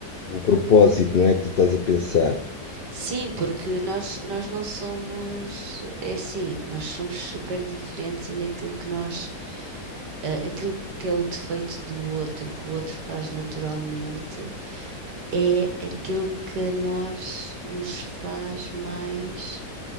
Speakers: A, on the left; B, on the right.
A: O propósito, não é que tu estás a pensar.
B: Sim, porque nós, nós não somos, é assim, nós somos super diferentes e naquilo que nós ah, aquilo que é o defeito do outro, que o outro faz naturalmente, é aquilo que a nós nos faz mais